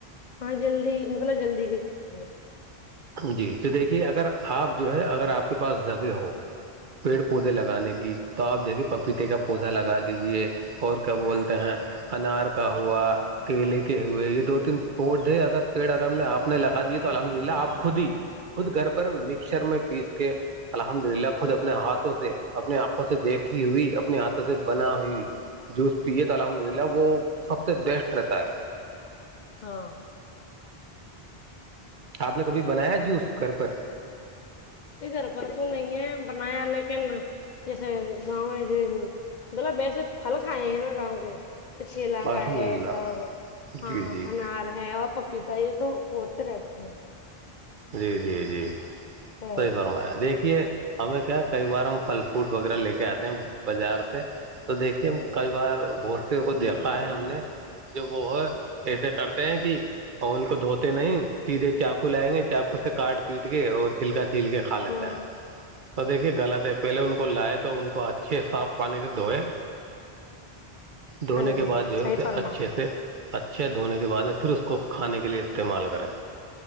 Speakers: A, on the left (about 55°); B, on the right (about 55°).
A: ہاں جلدی مطلب جلدی کے چکر میں
B: جی تو دیکھیے اگر آپ جو ہے اگر آپ کے پاس جگہ ہو پیڑ پودے لگانے کی تو آپ دیکھیے پپیتے کا پودا لگا دیجیے اور کیا بولتے ہیں انار کا ہوا کیلے کے ہوئے یہ دو تین پودے اگر پیڑ اگر ہم نے آپ نے لگا دیے تو الحمد للہ آپ خود ہی خود گھر پر مکسر میں پیس کے الحمد للہ خود اپنے ہاتھوں سے اپنی آنکھوں سے دیکھی ہوئی اپنے ہاتھوں سے بنا ہوئی جوس پیے تھ الحمد للہ وہ سب سے بیسٹ رہتا ہے
A: ہاں
B: آپ نے کبھی بنایا جوس گھر پر
A: پ گرپل تو نہیں ہے بنایا لیکن جیسے گاؤں ہے ج مطلب ویسے پھل کھائے ہیں نا گاؤں کے کچھ علاقا
B: الحمد
A: ہے
B: للہ
A: اور
B: جی
A: ہاں
B: جی
A: انار ہے اور پپیتا یہ تو ہوتے رہتے ہیں
B: جی جی جی
A: ہوں
B: صحی فرمایا دیکھیے ہمیں کیا کئی بار ہم پھل فوٹ وغیرہ لے کے آتے ہیں بازار سے تو دیکھیے کئی بار بہت س کو دیکھا ہے ہم نے جو وہ ہے ایسے کرتے ہیں کہ ان کو دھوتے نہیں سیدھے چاقو لائیں گے چقو سے کاٹ پیٹ کے اور چھلکا چھل کے کھا لیتا
A: ہوں
B: ہیں تو دیکھ غلط ہے پہلے ان کو لائے تو ان کو اچھے صاف پانی سے دھوئے دھونے
A: ہاں
B: کے
A: جی
B: بعد جو ہے
A: صحیح
B: اسے
A: فرمایا
B: اچھے سے اچھے دھونے کے بعد میں پھر اس کو کھانے کے لیے استعمال کریں